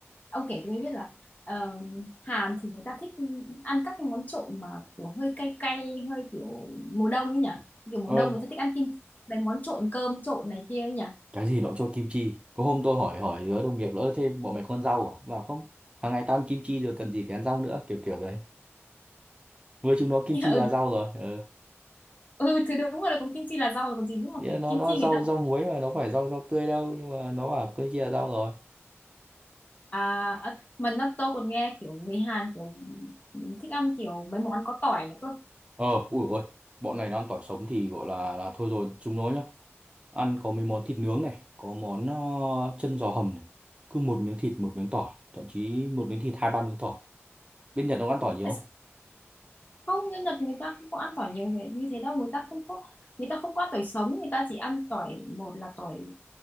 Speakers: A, on the left; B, on the right.
A: ông kể tôi mới biết là ờ, Hàn thì người ta thích ăn các cái món trộn mà kiểu hơi cay cay hơi kiểu mùa đông ấy nhỉ kiểu mùa
B: ờ
A: đông người ta thích ăn kim mấy món trộn cơm trộn này kia ấy nhỉ
B: cái gì nó cũng cho kim chi có hôm tôi hỏi hỏi đứa đồng nghiệp nữa thêm bọn mày không ăn rau à bảo không hàng ngày tao ăn kim chi rồi cần gì phải ăn rau nữa kiểu kiểu đấy với chúng nó kim
A: <laughs>
B: chi
A: ừ,
B: là rau rồi ờ
A: ừ thì đúng rồi là cũng kim chi là rau rồi còn gì nhưng mà
B: nghĩa
A: kiểu
B: là nó
A: kim
B: nó
A: chi
B: rau
A: người ta
B: rau muối mà nó phải rau rau tươi đâu nhưng mà nó bảo kim chi là rau rồi
A: à ờ, mà nó tôi còn nghe kiểu người Hàn kiểu thích ăn kiểu mấy món có tỏi nữa cơ
B: Ờ, ui ôi, bọn này đang tỏi sống thì gọi là là thôi rồi, chúng nó nhá. Ăn có mấy món thịt nướng này, có món ờ, chân giò hầm này. Cứ một miếng thịt, một miếng tỏi, thậm chí một miếng thịt hai ba miếng tỏi. Bên Nhật nó ăn tỏi nhiều
A: <laughs>
B: không?
A: không người Nhật người ta không có ăn tỏi nhiều thế- như thế đâu người ta không có người ta không có ăn tỏi sống người ta chỉ ăn tỏi một là tỏi